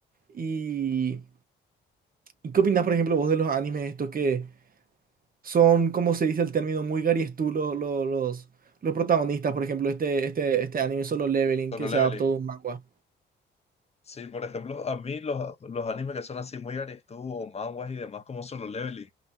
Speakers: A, on the right; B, on the left.
A: Y, ¿y qué opinas, por ejemplo, vos de los animes estos que son, como se dice el término, muy Gary's tú los, los, los, los protagonistas, por ejemplo, este, este, este anime Solo Leveling
B: Solo
A: que
B: Leveling.
A: se adaptó de un manga.
B: Sí, por ejemplo, a mí los, los animes que son así muy Arestu o manhwas y demás como Solo Leveling,